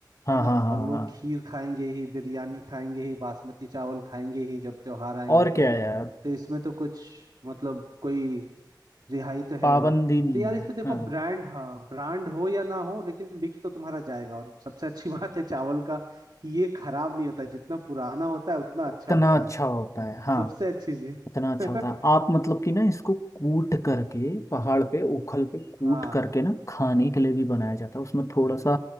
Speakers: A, on the left (about 40°); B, on the right (about 65°).
A: हाँ
B: है ना
A: हाँ हाँ
B: और लोग
A: हाँ
B: खीर खाएंगे ही बिरयानी खाएंगे ही बासमती चावल खाएंगे ही जब त्योहार आएंगे
A: और
B: तो
A: क्या है यार
B: तो इसमें तो कुछ मतलब कोई रिहाई तो है
A: पाबंदी
B: नहीं
A: नहीं
B: तो यार
A: है
B: इसमें देखो
A: हाँ
B: ब्रांड हाँ ब्रांड हो या ना हो लेकिन बिक तो तुम्हारा जाएगा और सबसे अच्छी <laughs> बात है चावल का कि ये खराब नहीं होता है। जितना पुराना होता है उतना अच्छा
A: उतना
B: होता
A: अच्छा
B: है
A: होता है हाँ
B: सबसे अच्छी चीज
A: इतना अच्छा
B: <laughs>
A: होता है आप मतलब कि ना इसको कूट करके पहाड़ पे उखल पे कूट
B: हाँ
A: करके ना खाने के लिए भी बनाया जाता है उसमें थोड़ा सा